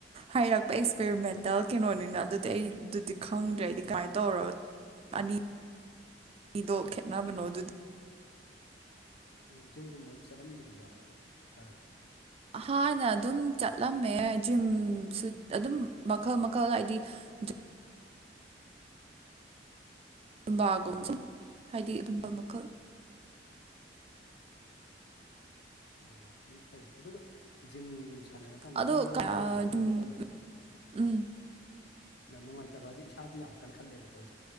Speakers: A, on the right (about 35°); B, on the left (about 65°).
A: ꯍꯥꯏꯔꯛꯄ ꯑꯦꯛꯁꯄꯦꯔꯤꯃꯦꯟꯇꯦꯜ ꯀꯩꯅꯣꯅꯤꯅ
B: ꯑꯥ
A: ꯑꯗꯨꯗꯤ ꯑꯩ ꯑꯗꯨꯗꯤ ꯈꯪꯗ꯭ꯔꯦꯗꯤ ꯀꯃꯥꯏꯅ ꯇꯧꯔꯒ ꯑꯅꯤ ꯑꯅꯤꯗꯣ ꯈꯦꯠꯅꯕꯅꯣ ꯑꯗꯨꯗꯤ
B: ꯑꯝ ꯖꯤꯝꯒꯨꯝꯕ ꯆꯠꯂꯝꯕꯗꯤ ꯌꯥꯎꯔꯕ ꯏꯁꯥꯒꯤ
A: ꯍꯥꯟꯅ ꯑꯗꯨꯝ ꯆꯠꯂꯝꯃꯦ ꯖꯤꯝꯁꯨ ꯑꯗꯨꯝ ꯃꯈꯜ ꯃꯈꯜ ꯍꯥꯏꯗꯤ <unintelligible> ꯖꯨꯨꯝꯕꯥꯒꯨꯝ ꯁꯨꯝ ꯍꯥꯏꯗꯤ ꯑꯗꯨꯨꯝꯕ ꯃꯈꯜ
B: ꯑꯣ ꯑꯗꯨꯝ ꯐꯩ ꯑꯗꯨꯒ ꯖꯤꯝ ꯁꯥꯟꯅꯔꯀꯥꯟꯗ
A: ꯑꯗꯣ
B: ꯑꯩꯅꯉꯣꯟꯗ
A: ꯑꯗꯨꯝ
B: ꯅꯨꯡꯉꯥꯏꯇꯕ ꯑꯃꯗꯤ ꯂꯩꯌꯦꯕ
A: ꯎꯝ
B: ꯌꯥꯝ ꯅꯨꯡꯉꯥꯏꯇꯕꯁꯦ ꯏꯁꯥꯗꯤ ꯌꯥꯝ ꯀꯟꯈꯠꯂꯦꯕꯀꯣ ꯑꯩꯁꯦ